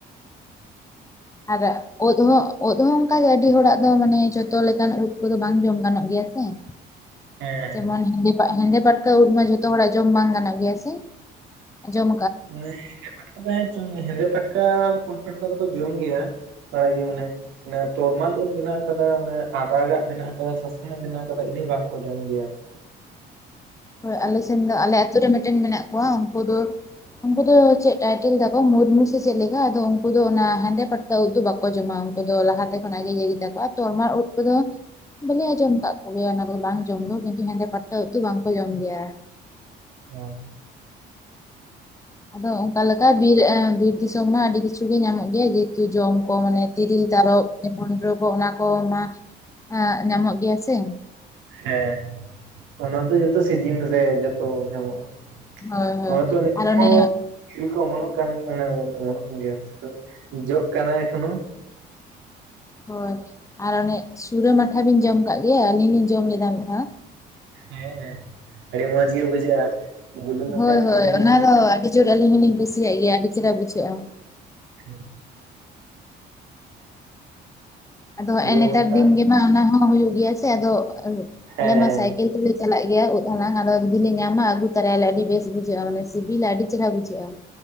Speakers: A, on the left; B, on the right.
A: ᱟᱨᱚ ᱩᱫ ᱦᱚᱸ, ᱩᱫ‌ ᱦᱚᱸ ᱚᱱᱠᱟ ᱜᱮ, ᱟᱹᱰᱤ ᱦᱚᱲᱟᱜ ᱫᱚ, ᱢᱟᱱᱮ, ᱡᱚᱛᱚ ᱞᱮᱠᱟᱱ ᱩᱫ ᱠᱚᱫᱚ, ᱵᱟᱝ ᱡᱚᱢ ᱜᱟᱱᱚᱜ, ᱜᱮᱭᱟ ᱥᱮ ᱾ <unintelligible>
B: ᱦᱮᱸ
A: ᱡᱮᱢᱚᱱ ᱦᱮᱸᱫᱮ, ᱦᱮᱸᱫᱮ ᱯᱩᱴᱠᱟᱹ ᱩᱫ ᱢᱟ, ᱡᱷᱚᱛᱚ ᱦᱚᱲᱟᱜ, ᱡᱚᱢ ᱵᱟᱝ ᱜᱟᱱᱚᱜ, ᱜᱮᱭᱟ ᱥᱮ ᱡᱚᱢ?
B: ᱢᱟᱱᱮ ᱦᱮᱸᱫᱮ ᱯᱩᱴᱠᱟ, ᱦᱮᱸᱫᱮ ᱯᱷᱟᱴᱠᱟ, ᱯᱩᱸᱰ ᱯᱷᱟᱴᱠᱟ ᱫᱚᱠᱚ, ᱡᱚᱢ ᱜᱮᱭᱟ ᱾ ᱵᱟᱲᱟᱭ ᱜᱮᱭᱟ, ᱢᱟᱱᱮ ᱚᱱᱮ, ᱛᱚᱨᱢᱟᱞ ᱩᱫ ᱢᱮᱱᱟᱜ ᱟᱠᱟᱫᱟ, ᱚᱱᱮ ᱟᱫᱟᱸᱜ ᱜᱟᱜ ᱢᱮᱱᱟᱜ ᱟᱠᱟᱫᱟ, ᱥᱟᱥᱟᱝᱼᱟᱜ ᱢᱮᱱᱟᱜ ᱟᱠᱟᱫᱟ, ᱤᱱᱟᱹ ᱵᱟᱝᱠᱚ ᱡᱚᱢ ᱜᱮᱭᱟ ᱾
A: ᱦᱳᱭ ᱟᱞᱮ ᱥᱮᱱ ᱫᱚ ᱟᱞᱮ ᱟᱹᱛᱩ ᱨᱮ ᱢᱤᱫᱴᱮᱱ ᱢᱮᱱᱟᱜ ᱠᱚᱣᱟ ᱩᱱᱠᱩ ᱫᱚ ᱩᱱᱠᱩ ᱫᱚ ᱪᱮᱫ ᱴᱟᱭᱴᱮᱞ ᱫᱟᱠᱚ ᱢᱩᱩᱨᱢᱩ ᱥᱮ ᱪᱮᱫ ᱞᱮᱠᱟ᱾ ᱟᱫᱚ ᱩᱱᱠᱩ ᱫᱚ ᱚᱱᱟ ᱦᱮᱫᱮᱸ ᱯᱟᱴ ᱩᱫᱽ ᱫᱚ ᱵᱟᱠᱚ ᱡᱚᱢᱟ ᱩᱱᱠᱩ ᱫᱚ᱾ ᱞᱟᱦᱟᱛᱮ ᱠᱷᱚᱱᱟᱜ ᱜᱮ ᱤᱭᱟᱹ ᱜᱮᱛᱟ ᱠᱚᱣᱟ ᱟᱨ ᱛᱚᱨᱢᱟᱨ ᱩᱫᱽ ᱠᱚᱫᱚ ᱵᱟᱹᱞᱤᱧ ᱟᱸᱡᱚᱢ ᱠᱟᱫ ᱠᱚᱜᱮᱭᱟ ᱚᱱᱟ ᱠᱚᱫᱚ ᱵᱟᱝ ᱡᱚᱢ ᱫᱚ ᱠᱤᱱᱛᱩ ᱦᱮᱫᱮᱸ ᱯᱟᱴᱟ ᱩᱫᱽ ᱫᱚ ᱵᱟᱝᱠᱚ ᱡᱚᱢ ᱜᱮᱭᱟ᱾
B: ᱚ᱾
A: ᱟᱫᱚ ᱚᱠᱟ ᱞᱮᱠᱭ ᱵᱤᱨ ᱮ ᱵᱤᱨ ᱫᱤᱥᱚᱢ ᱢᱟ ᱟᱹᱰᱤ ᱠᱤᱪᱷᱩ ᱜᱮ ᱧᱟᱢᱚᱜ ᱜᱮᱭᱟ ᱡᱮ ᱛᱩ ᱡᱚᱢ ᱠᱚ ᱢᱟᱱᱮ ᱛᱤᱨᱤᱞ, ᱛᱟᱨᱚ᱾ ᱡᱮᱢᱚᱱ ᱨᱳ ᱠᱚ ᱚᱱᱟ ᱠᱚ ᱢᱟ ᱟᱸ ᱧᱟᱢᱚᱜ ᱜᱮᱭᱟ ᱥᱮ᱾
B: ᱦᱮᱸ ᱚᱱᱟ ᱫᱚ ᱡᱷᱚᱛᱚ ᱥᱤᱡᱤᱱ ᱨᱮ ᱡᱷᱚᱛᱚ ᱧᱟᱢᱚᱜᱼᱟ᱾
A: ᱦᱳᱭ ᱦᱳᱭ
B: ᱦᱚᱸ ᱛᱚ ᱱᱤᱛᱦᱚᱸ
A: ᱟᱨ ᱚᱱᱮ
B: ᱛᱤᱨᱤᱞ ᱠᱚ ᱚᱢᱚᱱᱚᱜ ᱠᱟᱱ ᱜᱮᱭᱟ ᱚᱱᱮ ᱚᱢᱚᱱᱚᱜ ᱠᱟᱱ ᱜᱮᱭᱟ ᱡᱚᱜ ᱠᱟᱱᱟ ᱮᱠᱷᱚᱱᱳ᱾
A: ᱦᱳᱭ ᱟᱨ ᱚᱱᱮ ᱪᱩᱨᱟᱹ ᱢᱟᱴᱷᱟ ᱵᱤᱱ ᱡᱚᱢ ᱟᱠᱟᱜ ᱜᱮᱭᱟ? ᱟᱹᱞᱤᱧ ᱞᱤᱧ ᱡᱚᱢ ᱞᱮᱫᱟ ᱢᱤᱫ ᱫᱷᱟᱣ᱾
B: ᱦᱮᱸ ᱦᱮᱸ ᱟᱹᱰᱤ ᱢᱚᱸᱡᱽ ᱜᱮ ᱵᱩᱡᱷᱟᱹᱜᱼᱟ᱾ ᱵᱩᱞᱩᱝ ᱟᱛᱮᱫ
A: ᱦᱳᱭ ᱦᱳᱭ
B: ᱵᱩᱞᱩᱝ
A: ᱚᱱᱟ ᱫᱚ ᱟᱹᱰᱤᱡᱳᱨ ᱟᱹᱞᱤᱧ ᱦᱚᱞᱤᱧ ᱠᱩᱥᱤᱭᱟᱜ ᱜᱮᱭᱟ ᱟᱹᱰᱤ ᱪᱮᱨᱦᱟ ᱵᱩᱡᱷᱟᱹᱜᱼᱟ᱾
B: ᱦᱮᱸ᱾
A: ᱟᱫᱚ
B: ᱥᱩᱨᱟᱹᱢ
A: ᱦᱮᱸᱜ-ᱮ ᱱᱮᱛᱟᱨ
B: ᱟᱛᱮᱫ
A: ᱫᱤᱱ ᱜᱮᱢᱟ ᱚᱱᱟ ᱦᱚᱸ ᱦᱩᱭᱩᱜ ᱜᱮᱭᱟ ᱥᱮ ᱟᱫᱚ
B: ᱦᱮᱸ
A: ᱟᱞᱮᱢᱟ ᱥᱟᱭ ᱠᱮᱞ ᱛᱮᱞᱮ ᱪᱟᱞᱟᱜ ᱜᱮᱭᱟ ᱩᱫᱽ ᱦᱟᱞᱟᱝ᱾ ᱟᱫᱚ ᱡᱩᱫᱤᱞ ᱞᱮ ᱧᱟᱢᱟ ᱟᱹᱜᱩ ᱛᱚᱨᱟᱭᱟᱞᱮ, ᱟᱹᱰᱤ ᱵᱮᱥ ᱵᱩᱡᱷᱟᱹᱜᱼᱟ ᱢᱟᱱᱮ ᱥᱤᱵᱤᱞᱟ ᱟᱹᱰᱤ ᱪᱨᱦᱟ ᱵᱩᱡᱷᱟᱹᱜᱼᱟ᱾